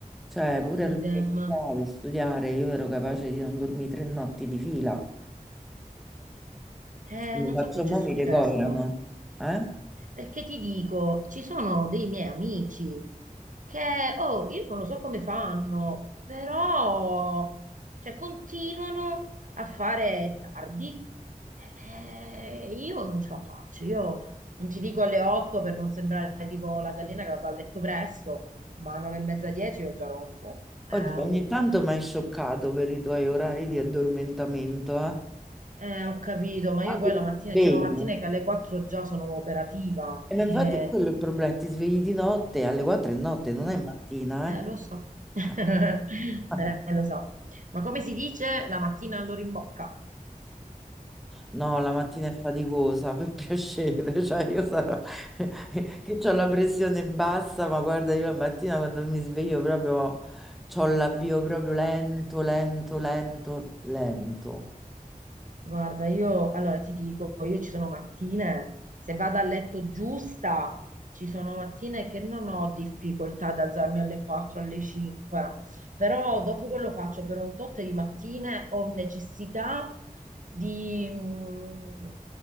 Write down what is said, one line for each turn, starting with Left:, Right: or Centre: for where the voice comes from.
Centre: Cioè, pure
Right: idem.
Centre: all'università per studiare, io ero capace di non dormire tre notti di fila.
Right: Eh,
Centre: Lo
Right: non
Centre: faccio,
Right: so che c'è
Centre: mo
Right: successo.
Centre: mi ricoverano. Eh?
Right: Perché ti dico, ci sono dei miei amici che, oh, io non lo so come fanno, però, cioè, continuano a fare tardi. Eh, io non ce la faccio, io non ti dico alle 8 per non sembrare tipo la gallina che va a letto presto, ma a 9 e mezza, 10 io già ronfo. Eh,
Centre: Oddio,
Right: oh.
Centre: ogni tanto mi hai scioccato per i tuoi orari di addormentamento, eh?
Right: Eh, ho capito, ma
Centre: Quando
Right: io poi la
Centre: ti
Right: mattina,
Centre: sveglio.
Right: ci sono mattine che alle 4 già sono operativa.
Centre: E
Right: Eh,
Centre: ma infatti quello è il problema, ti svegli di notte alle 4 di notte, non
Right: Mm,
Centre: è mattina,
Right: eh,
Centre: eh?
Right: lo so, <laughs>
Centre: <laughs> Ah.
Right: Eh, lo so. Ma come si dice la mattina all'ora in bocca?
Centre: No, la mattina è faticosa, per piacere,
Right: <laughs>
Centre: <laughs> cioè io sarò <laughs> che ho la pressione bassa, ma guarda, io la mattina quando mi sveglio proprio ho l'avvio proprio lento, lento, lento, lento.
Right: Guarda, io allora ti dico, io ci sono mattine, se vado a letto giusta, ci sono mattine che non ho difficoltà ad alzarmi alle 4, alle 5, però dopo che lo faccio per un tot di mattine ho necessità di, mm,